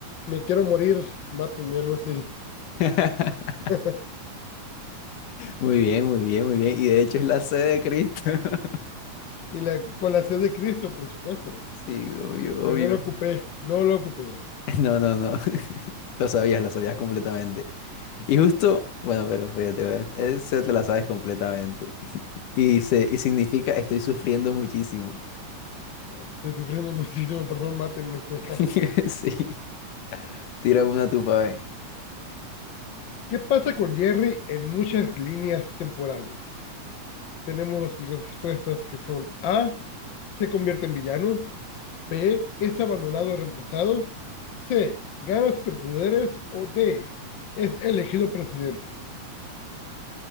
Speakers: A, on the left (about 50°); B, on the left (about 80°).
A: me quiero morir, mátenme, algo así.
B: <laughs>
A: <laughs>
B: Muy bien, muy bien, muy bien. Y de hecho es la C de Cristo. <laughs>
A: Y la, con la C de Cristo, por supuesto.
B: Sí, obvio,
A: Pero
B: obvio.
A: no lo ocupé, no lo ocupé.
B: <laughs> No, no, no. <laughs> Lo sabías, lo sabías completamente. Y justo, bueno, pero fíjate, ve, eh, te la sabes completamente. <laughs> Y dice, y significa estoy sufriendo muchísimo.
A: Estoy sufriendo <laughs> muchísimo, por favor, mátenme. <laughs>
B: <laughs> Sí. Tírame una tupa, ve.
A: ¿Qué pasa con Jerry en muchas líneas temporales? tenemos respuestas que son A, se convierte en villano, B, es abandonado o reemplazado, C, gana superpoderes o D, es elegido presidente,